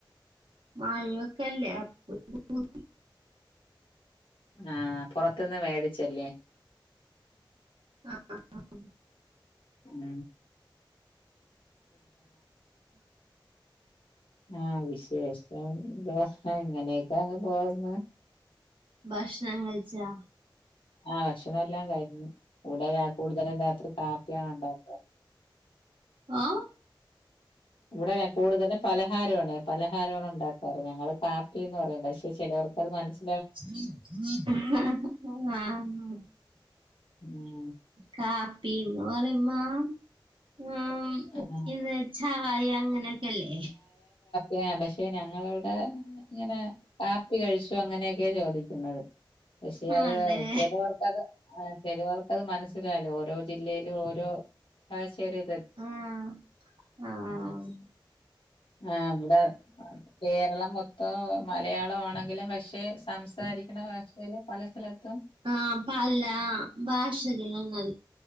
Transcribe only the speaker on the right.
മഴൊക്കെല്ലേ അപ്പൊ രു പൂതി
ആഹ
ഭക്ഷണം കഴിച്ചാ
ഓഹ
ആഹ
കാപ്പിന്ന് പറയ്മ്മം ആ
ഇത് ചായ അങ്ങനെയൊക്കെല്ലേ
അതെ
ആഹ് ആഹ്
ആ പല ഭാഷകളെന്നു